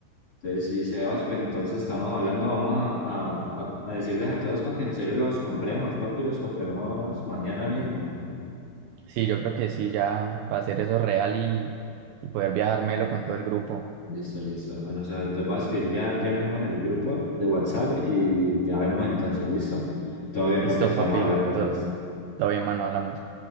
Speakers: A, on the left; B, on the right.
A: Entonces, sí, Sebas, pues entonces estamos hablando, vamos a, a, a, a decirles a todos para que en serio los compremos, papi, los compremos mañana mismo.
B: Sí, yo creo que sí, ya para hacer eso real y, y poder viajármelo con todo el grupo.
A: Listo, listo. Bueno, o sea, te voy a escribir ya, ya mismo en el grupo de WhatsApp y ya vemos entonces, ¿listo? Todo bien,
B: Listo,
A: papi, estamos
B: papi.
A: hablando,
B: Todo,
A: pues.
B: todo bien, mano, hablamos.